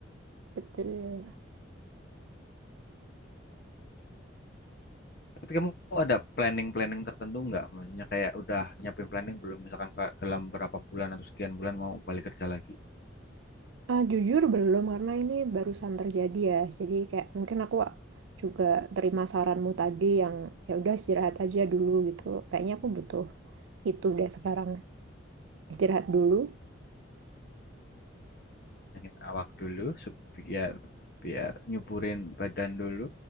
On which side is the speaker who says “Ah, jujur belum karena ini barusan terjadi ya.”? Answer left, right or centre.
Right